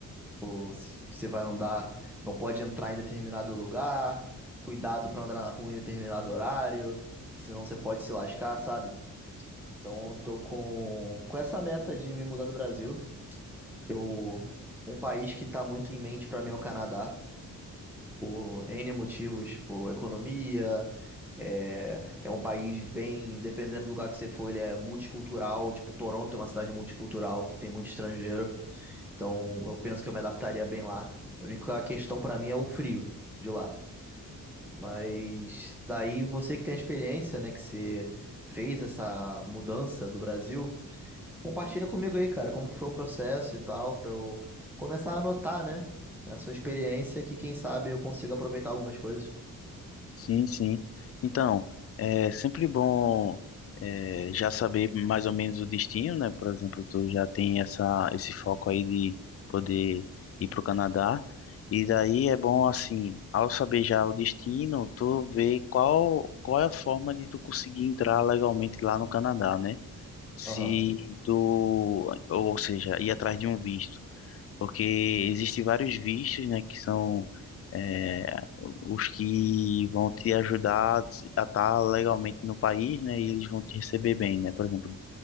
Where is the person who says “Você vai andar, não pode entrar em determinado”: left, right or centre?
Centre